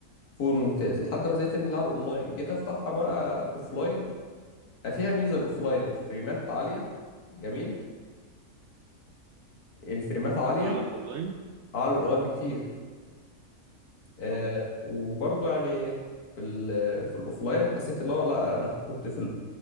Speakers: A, on the left (about 75°); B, on the right (about 65°).
A: فوق الممتاز لحد ما زهقت من اللعب اونلاين جيت افتحها بقى اوفلاين فيها ميزه الاوفلاين الفريمات عاليه جميل الفريمات عاليه
B: اعلى من اونلاين
A: اعلى من الاونلاين بكتير آه
B: اه
A: وبرضه يعني في ال في الاوفلاين حسيت اللي هو لا انا كنت في